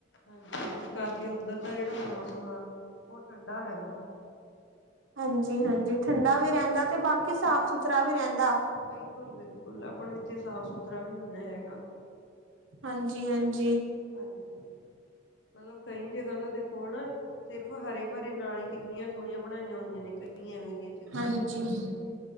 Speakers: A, on the left (about 65°); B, on the right (about 80°).
A: ਹਾਂਜੀ ਜਿਸ ਕਰਕੇ ਉੱਧਰ ਦਾ ਜਿਹੜਾ ਮੌਸਮ ਆ ਉਹ ਠੰਡਾ ਰਹਿੰਦਾ।
B: ਹਾਂਜੀ- ਹਾਂਜੀ ਠੰਡਾ ਵੀ ਰਹਿੰਦਾ ਤੇ ਬਾਕੀ ਸਾਫ ਸੁਥਰਾ ਵੀ ਰਹਿੰਦਾ।
A: ਬਿਲਕੁਲ -ਬਿਲਕੁਲ ਆਪਾਂ ਇੱਥੇ ਸਾਫ਼ ਸੁਥਰਾ ਵੀ ਹਨਾ ਹੈਗਾ।
B: ਹਾਂਜੀ- ਹਾਂਜੀ
A: ਹਾਂਜੀ ਮਤਲਬ ਕਈ ਜਗ੍ਹਾ ਦਾ ਦੇਖੋ ਹਨਾ। ਸਿਰਫ਼ ਹਰੇ ਭਰੇ ਨਾਲ ਹੀ ਕਿੰਨੀਆਂ ਸੋਹਣੀਆਂ ਬਣਾਈਆਂ ਹੋਈਆਂ ਨੇ ਕਈ ਐਵੇਂ ਦੀਆਂ ਜ
B: ਹਾਂਜੀ
A: ਘੁੰਮਣ ਵਾਲੀਆਂ ਤੇ